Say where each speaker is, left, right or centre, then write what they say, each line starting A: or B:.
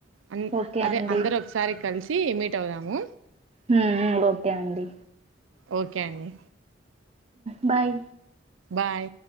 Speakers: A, on the right (about 85°); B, on the right (about 35°).
A: అ
B: ఓకే
A: అదే
B: అండి
A: అందరు ఒకసారి కలిసి సీ మీట్ అవుదాము
B: హ్మ్ ఓకే అండి
A: ఓకే అండి
B: బాయ్
A: బాయ్